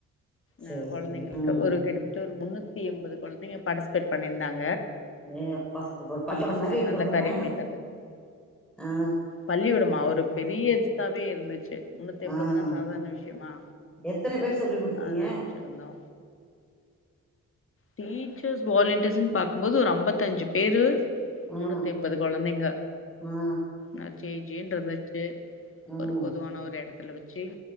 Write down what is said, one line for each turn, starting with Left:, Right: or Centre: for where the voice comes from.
Centre: சேரி
Left: ஆ கொழந்தைங்களுக்கு
Centre: சேரி ம்
Left: ஒரு கிட்டத்தட்ட ஒரு முன்னூத்தி எம்பது கொழந்தைங்க பார்ட்டிசிபேட் பண்ணிருந்தாங்க
Centre: ஏ அப்பா அப்ப பள்ளிகொடம்
Left: பசங்க
Centre: மாரி இருந்துருக்குமே
Left: நல்ல காரியங்கள்
Centre: ஆ
Left: பள்ளிகொடமா ஒரு பெரிய இதுசாவே இருந்துச்சு முன்னூத்தி எம்பதுனா
Centre: ஆ
Left: சாதாரண விசயமா
Centre: எத்தன பேர் சொல்லி குடுத்தீங்க
Left: அத அம்ச்சிருந்தோ டீச்சர்ஸ் வாலியண்டர்ஸ்ன்னு பாக்கும் போது ஒரு அம்பத்தஞ்சு பேரு
Centre: ஆ
Left: முன்னூத்தி எம்பது கொழந்தைங்க
Centre: ஆ
Left: நல்ல ஜே ஜேன்ருந்துச்சு
Centre: ம்
Left: ஒரு பொதுவான ஒரு எடத்துல வச்சி